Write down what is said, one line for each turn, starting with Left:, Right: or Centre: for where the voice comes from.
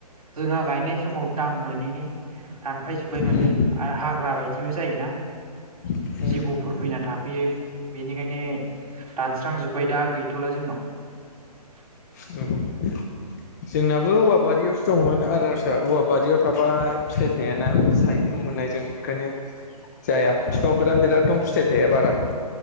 Right: जोंहा गायनाय समाव दाम मोनैनि दानफायजोब्बाय माने
Left: उम
Right: आरो हाग्रा बायदिबो जायोना
Left: उम
Right: जिबौफोर फैना थाफैयो बेनो बेंखायनो दानस्रांजोब्बाय दा गैथ'ला जोंनाव <inaudible>
Left: <inaudible> जोंनाबो औवाबारियावसो दंमोन आरो <inaudible> सोरिसा औवा बारियाव थाबा फिथाइ थायाना सायख्लुम मोननायजों ओंखायनो <inaudible> जाया
Right: ओं
Left: बिफांफोरा बिराद दं फिथाइ थाइया बारा